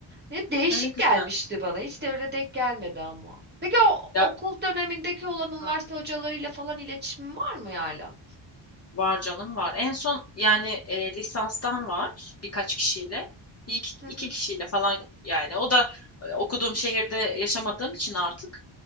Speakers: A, on the right; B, on the left.
A: Ne değişik
B: Ay güzel.
A: gelmişti bana. Hiç de öyle denk gelmedi ama. Peki o
B: Ya,
A: okul dönemindeki olan üniversite
B: hı,
A: hocalarıyla falan iletişimin var mı hala?
B: var canım var. En son yani e, lisanstan var birkaç kişiyle. Bir iki,
A: Hı
B: iki
A: hı,
B: kişiyle falan yani. O da e, okuduğum şehirde yaşamadığım için artık.